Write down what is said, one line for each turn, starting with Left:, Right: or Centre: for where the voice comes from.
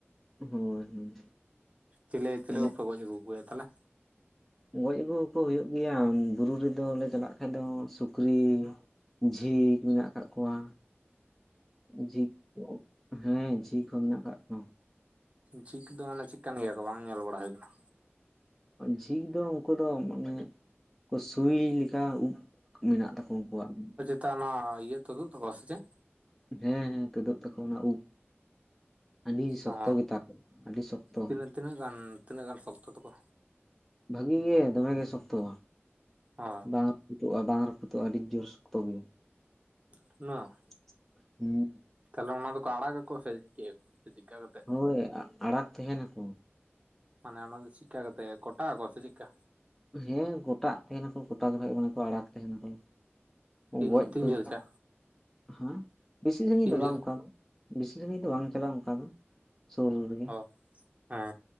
Centre: ᱦᱚᱭ ᱦᱩᱸ
Right: ᱪᱮᱞᱮ ᱪᱮᱞᱮ
Centre: ᱮᱱᱮᱡ
Right: ᱠᱚᱯᱮ ᱜᱚᱡ ᱟᱹᱜᱩ ᱠᱚᱜᱮᱭᱟ ᱛᱟᱦᱞᱮ?
Centre: ᱜᱚᱡ ᱟᱹᱜᱩ ᱦᱚᱠᱚ ᱦᱩᱭᱩᱜ ᱜᱮᱭᱟ ᱵᱩᱨᱩ ᱨᱮᱫᱚᱞᱮ ᱪᱟᱞᱟᱜ ᱠᱷᱟᱡ ᱫᱚ ᱥᱩᱠᱨᱤ, ᱡᱷᱤᱠ ᱢᱮᱱᱟᱜ ᱟᱠᱟᱜ ᱠᱚᱣᱟ, ᱡᱷᱤᱠ ᱦᱮᱸ ᱡᱷᱤᱠ ᱦᱚᱸ ᱢᱮᱱᱟᱜ ᱟᱠᱟᱜ ᱠᱚᱣᱟ ᱾
Right: ᱡᱷᱤᱠ ᱫᱚ ᱢᱟᱱᱮ ᱪᱮᱠᱟᱱ ᱜᱮᱭᱟ ᱠᱚ ᱵᱟᱝ ᱧᱮᱞ ᱵᱟᱲᱟ ᱦᱩᱭ ᱠᱟᱱᱟ?
Centre: ᱡᱷᱤᱠ ᱫᱚ ᱩᱝᱠᱩ ᱫᱚ ᱢᱟᱱᱮ ᱠᱚ ᱥᱩᱭ ᱞᱮᱠᱟ ᱩᱵ ᱢᱮᱱᱟᱜ ᱛᱟᱠᱚ ᱩᱝᱠᱩᱣᱟᱜ ᱫᱚ ᱾
Right: ᱛᱮ ᱚᱱᱟ ᱤᱭᱟᱹ ᱛᱩᱫᱩᱜ ᱛᱟᱠᱚᱣᱟ ᱥᱮ ᱪᱮᱜ
Centre: ᱦᱮᱸ ᱦᱮᱸ ᱛᱩᱫᱚᱜ ᱛᱟᱠᱚ ᱚᱱᱟ ᱩᱵ ᱾ ᱟᱹᱰᱤ ᱥᱚᱠᱛᱚ
Right: ᱚ
Centre: ᱜᱮᱛᱟ ᱠᱚᱣᱟ ᱟᱹᱰᱤ ᱥᱚᱠᱛᱚ ᱾
Right: ᱛᱤᱱᱟᱹᱜ ᱛᱤᱱᱟᱹᱜ ᱜᱟᱱ ᱛᱤᱱᱟᱹᱜ ᱜᱟᱱ ᱥᱚᱠᱛᱚ ᱛᱟᱠᱚ
Centre: ᱵᱷᱟᱹᱜᱤ ᱜᱮ ᱫᱚᱢᱮ ᱜᱮ ᱥᱚᱠᱛᱚᱣᱟ
Right: ᱚ
Centre: ᱵᱟᱝ ᱛᱩᱫᱚᱜᱼᱟ ᱵᱟᱝ ᱨᱟᱹᱯᱩᱫᱚᱜᱼᱟ ᱟᱹᱰᱤ ᱡᱚᱨ ᱥᱚᱠᱛᱚ ᱜᱮᱭᱟ ᱾
Right: <unintelligible>
Centre: <unintelligible>
Right: ᱛᱟᱦᱚᱞᱮ ᱚᱱᱟ ᱫᱚᱠᱚ ᱟᱲᱟᱜ ᱟᱠᱚ ᱥᱮ ᱪᱤᱠᱟᱹᱭ ᱟᱠᱚ ᱥᱮ ᱪᱤᱠᱟ ᱠᱟᱛᱮ
Centre: ᱦᱳᱭ ᱟᱲᱟᱜ ᱛᱟᱦᱮᱱᱟ ᱟᱠᱚ ᱾
Right: ᱢᱟᱱᱮ ᱚᱱᱟ ᱫᱚ ᱪᱮᱫᱠᱟ ᱠᱟᱛᱮᱜ ᱠᱚᱴᱟ ᱟᱠᱚᱣᱟ ᱥᱮ ᱪᱮᱫᱠᱟ?
Centre: ᱦᱮᱸ ᱠᱚᱴᱟ ᱛᱟᱦᱮᱱ ᱟᱠᱚ ᱠᱚᱴᱟ ᱡᱚᱠᱷᱚᱡ ᱢᱮᱱ ᱟᱠᱚ ᱟᱲᱟᱜ ᱛᱟᱦᱮᱱ ᱟᱠᱚ ᱾
Right: ᱛᱤᱱ
Centre: ᱜᱚᱡ
Right: ᱛᱤᱱ
Centre: ᱠᱚᱜ
Right: ᱡᱷᱟᱹᱞ ᱪᱟ
Centre: ᱦᱮᱸ ᱵᱮᱥᱤ ᱥᱟᱺᱜᱤᱧ
Right: ᱛᱤᱱ
Centre: ᱫᱚ ᱵᱟᱝ
Right: ᱡᱷᱟᱹᱞ
Centre: ᱚᱱᱠᱟ ᱫᱚ, ᱵᱮᱥᱤ ᱵᱷᱟᱵᱤᱡ ᱫᱚ ᱵᱟᱝ ᱪᱟᱞᱟᱜ-ᱟ ᱚᱱᱠᱟ ᱫᱚ, ᱥᱩᱨ ᱨᱮᱜᱮ
Right: ᱚ ᱦᱮᱸ